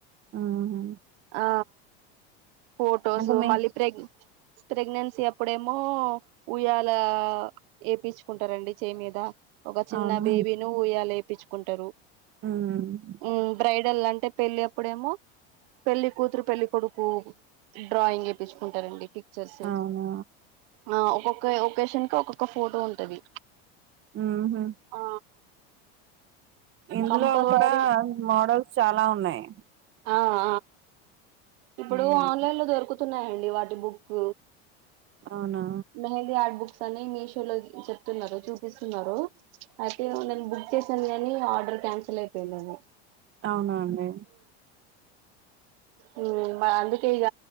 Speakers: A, on the right; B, on the right.
A: ఉమ్,
B: ఆ ఫోటోస్
A: అంటే మీ
B: మళ్ళీ ప్రెగ్ ప్రెగ్నెన్సీ అప్పుడేమో ఉయ్యాల వేపించుకుంటారండి చేయి మీద ఒక చిన్న
A: అవునా
B: బేబీ ను ఉయ్యాల వేపించుకుంటారు
A: ఉమ్,
B: ఊ బ్రైడల్ అంటే పెళ్ళి అప్పుడేమో పెళ్లి కూతురు పెళ్లి కొడుకు డ్రాయింగ్ వేపించుకుంటారండి చర్స్
A: అవునా
B: ఆ ఒక్కొక్క ఒకేషన్ కి ఒక్కొక్క ఫోటో ఉంటది
A: ఉహు
B: ఆ
A: ఇందులో
B: కంపల్సరీ
A: కూడా మోడల్స్ చాలా ఉన్నాయి
B: ఆఆ ఇప్పుడు
A: ఉమ్,
B: ఆన్లైన్ లో దొరుకుతున్నాయండి వాటి బుక్
A: అవునా
B: మెహంది ఆర్ట్ బుక్ అని మీషోలో చెప్తున్నారు చూపిస్తున్నారు అయితే నేను బుక్ చేసాను కాని ఆర్డర్ క్యాన్సల్ అయిపోయిదండి
A: అవునా అండి
B: ఊ అందుకే ఇగ